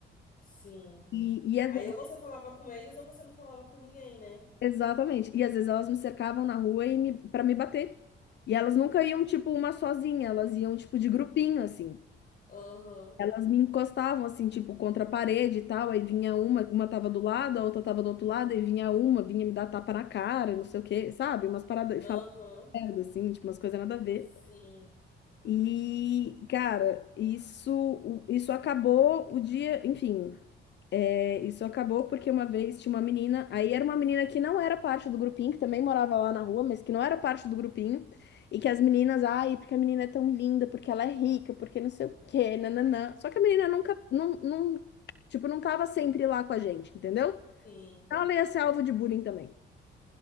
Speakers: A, on the left (about 45°); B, on the left (about 60°).
A: Sim.
B: E, e às
A: Aí ou você falava com eles ou você não falava com ninguém, né?
B: Exatamente. E às vezes elas me cercavam na rua e me, para me bater. E elas nunca iam, tipo, uma sozinha, elas iam, tipo, de grupinho, assim.
A: Aham.
B: Elas me encostavam, assim, tipo, contra a parede e tal. Aí vinha uma, uma tava do lado, a outra tava do outro lado, aí vinha uma, vinha me dar tapa na cara, não sei o quê, sabe? Umas paradas,
A: Aham,
B: e falava merda, assim, tipo, umas coisas nada a ver.
A: sim,
B: E, cara, isso, isso acabou o dia, enfim. É, Isso acabou porque uma vez tinha uma menina, aí era uma menina que não era parte do grupinho, que também morava lá na rua, mas que não era parte do grupinho, e que as meninas, ai, porque a menina é tão linda, porque ela é rica, porque não sei o quê, nananã. Só que a menina nunca, não, não, tipo, não tava sempre lá com a gente, entendeu?
A: sim,
B: Então ela ia ser alvo de bullying também.